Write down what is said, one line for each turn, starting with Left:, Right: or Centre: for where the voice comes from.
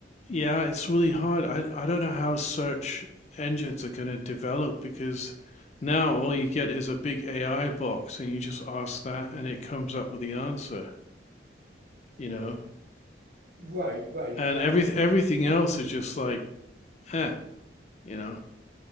Left: Yeah, it's really hard. I I don't know how search engines are going to develop because now all you get is a big AI box and you just ask that and it comes up with the answer, you know.
Right: Right, right, exactly.
Left: And every everything else is just like, eh, you know.